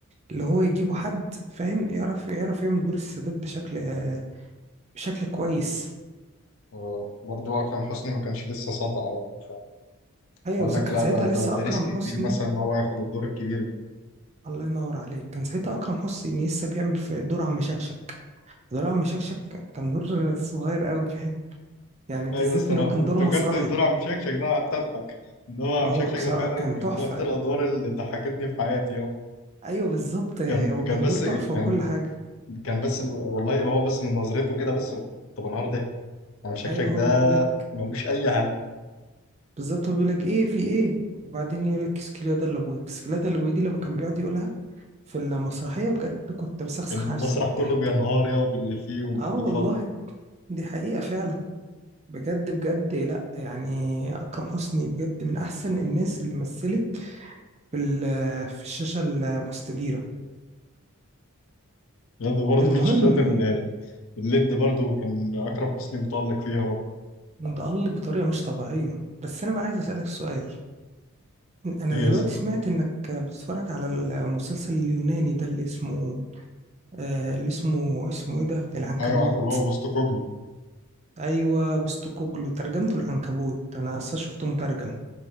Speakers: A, on the right; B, on the left.
A: اللي هو يجيبوا حد فاهم يعرف يعرف يعمل دور السادات بشكل آه، بشكل كويس
B: آه، برضه اكرم حسني ما كانش لسه ساطع يعني
A: ايوه
B: فقال
A: بالظبط
B: لك
A: كان
B: لا
A: ساعتها
B: ده ده
A: لسه اكرم
B: ده ريسك كبير
A: حسني
B: مثلا ان هو ياخد الدور الكبير ده
A: الله ينور عليك كان ساعتها اكرم حسني لسه بيعمل في دور عم شكشك دور عم شكشك كان دور صغير قوي فاهم يعني بالذات
B: ايوه بس
A: ان
B: انا
A: هو كان
B: انا
A: دور
B: افتكرت
A: مسرحي
B: دور عم شكشك ده قعدت اضحك ان هو عم
A: هو
B: شكشك
A: بصراحه
B: ده فعلا
A: كان
B: كان
A: تحفه
B: من اكتر الادوار اللي ضحكتني في حياتي اه
A: ايوه بالظبط هو
B: كان كان
A: كان
B: بس
A: دور تحفه وكل
B: يعني
A: حاجه
B: كان بس ب- والله هو بس من نظرته كده بس كنت بنهار ضحك يعني شكلك
A: ايوه
B: ده
A: هو بيقول لك
B: ملوش اي حل
A: بالظبط هو بيقول لك ايه في ايه وبعدين يقول لك اسكليادا اللي ابويا اسكليادا اللي ابويا دي لما كان بيقعد يقولها في المسرحيه بجد كنت بسخسخ
B: كان المسرح
A: نفسي من الضحك
B: كله بينهار يا باللي فيه واللي
A: اه
B: بيتفرج
A: والله دي حقيقه فعلا بجد بجد لا يعني أكرم حسني بجد من أحسن الناس اللي مثلت في ال- في الشاشة المستديرة
B: برضه برضه
A: المهم
B: في الشاشات ال- الليد برضه كان اكرم حسني متالق فيها برضه
A: متألق بطريقة مش طبيعية بس أنا بقى عايز أسألك سؤال أنا
B: يس
A: دلوقتي سمعت إنك بتتفرج على المسلسل اليوناني ده اللي اسمه آه اللي اسمه اسمه إيه ده العنكبوت
B: ايوه عارف اللي هو بوستوكوجلو
A: أيوة بوستوكوجلو ترجمته العنكبوت أنا أصلا شفته مترجم